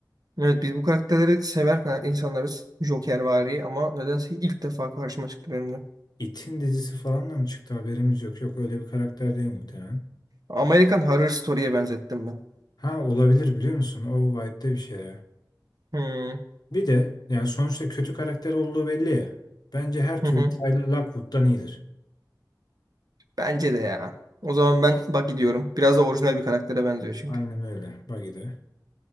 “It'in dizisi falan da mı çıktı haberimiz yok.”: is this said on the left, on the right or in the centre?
Left